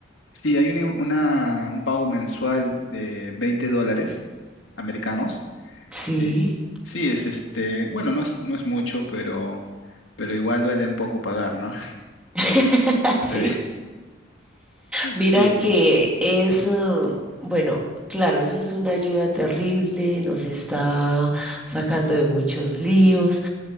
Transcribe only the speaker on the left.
Sí, hay una, una- un pago mensual de 20 dólares americanos.
eh, sí, es este, bueno, no es, no es mucho, pero, pero igual duele un poco pagar, ¿no?
Sí,
<laughs>
sí,